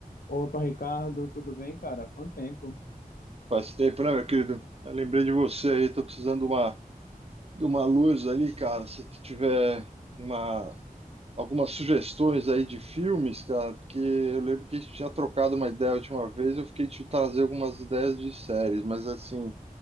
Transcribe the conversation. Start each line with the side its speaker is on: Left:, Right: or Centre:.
Left: Opa, Ricardo, tudo bem, cara? Quanto tempo?
Right: Faz tempo, né, meu querido? Mas lembrei de você aí, tô precisando de uma, de uma luz ali, cara. Se tu tiver uma, algumas sugestões aí de filmes, cara, porque eu lembro que a gente tinha trocado uma ideia a última vez, eu fiquei te trazer algumas ideias de séries, mas assim,